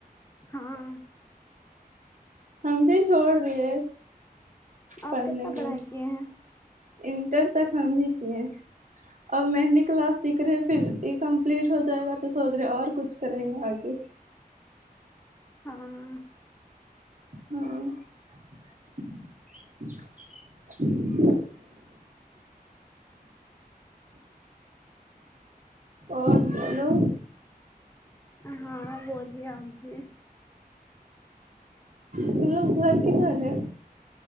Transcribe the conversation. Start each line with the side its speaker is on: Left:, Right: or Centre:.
Left: ہاں
Right: ہم بھی چھوڑ دیے
Left: آپ
Right: پڑھنے
Left: کتنا
Right: کے
Left: پڑھائی کیے ہیں
Right: انٹر تک ہم بھی کیے اب مہندی کلاس سیکھ رہے پھر یہ کمپلیٹ ہو جائے گا تو سوچ رہے اور کچھ کریں گے آگے
Left: ہاں
Right: ہاں اور بولو
Left: ہاں بولیے آپ بھی
Right: تم لوگ کا گھر کدھر ہے